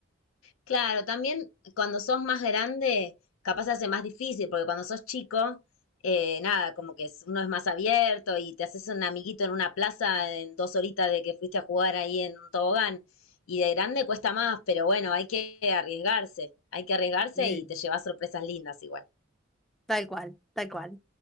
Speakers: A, on the left; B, in the centre.
A: Claro, también cuando sos más grande, capaz se hace más difícil, porque cuando sos chico, eh, nada, como que es- uno es más abierto y te haces un amiguito en una plaza en dos horitas de que fuiste a jugar ahí en un tobogán. Y de grande cuesta más, pero bueno, hay que arriesgarse, hay que arriesgarse
B: Sí.
A: y te llevas sorpresas lindas igual.
B: Tal cual, tal cual.